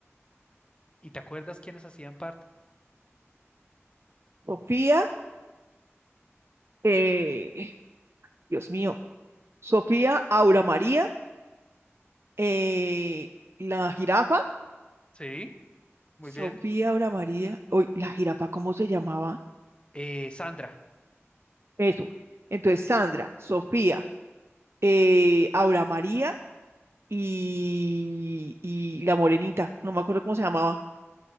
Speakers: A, on the left; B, on the right.
A: ¿Y te acuerdas quiénes hacían parte?
B: Sofía, eh, Dios mío, Sofía Aura María. eh, la jirafa,
A: Sí, muy
B: Sofía
A: bien.
B: Aura María, uy, la jirafa, ¿cómo se llamaba?
A: Eh, Sandra.
B: Eso. Entonces, Sandra, Sofía, eh, Aura María y, y la morenita, no me acuerdo cómo se llamaba.